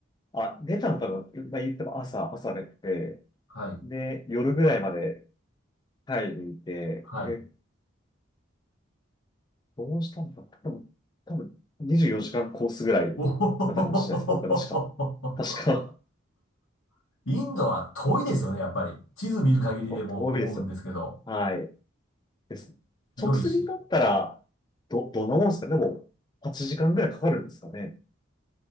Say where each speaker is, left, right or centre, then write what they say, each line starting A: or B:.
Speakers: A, on the left (about 20°); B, on the left (about 80°).
A: あ、出たの多分、まあ、言っても朝、朝出て、
B: はい。
A: で、夜ぐらいまでタイにいて、
B: はい。
A: で、どうしたんだ多分、多分24時間コースぐらい
B: お
A: だったかもしれないです。僕は確か。
B: ー
A: 確か
B: <laughs> インドは遠いですよね、やっぱり。地図見る限りでも思うんですけど、
A: お遠いです。はい。です。
B: 広いし。
A: 直通便だったら、ど、どんなもんですかね。でも、8時間ぐらいかかるんですかね。